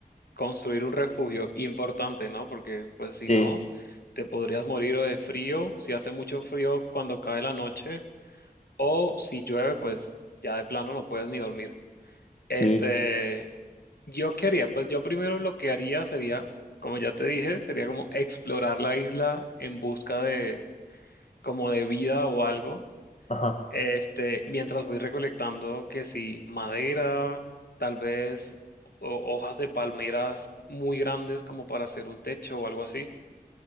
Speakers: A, on the left (about 75°); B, on the left (about 45°).
A: construir un refugio importante, ¿no? Porque pues si
B: Sí,
A: no, te podrías morir o de frío, si hace mucho frío cuando cae la noche, o si llueve, pues ya de plano no puedes ni dormir. Este,
B: sí.
A: yo qué haría, pues yo primero lo que haría sería, como ya te dije, sería como explorar la isla en busca de como de vida o algo
B: Ajá,
A: este, mientras voy recolectando que sí, madera, tal vez ho- hojas de palmeras muy grandes como para hacer un techo o algo así.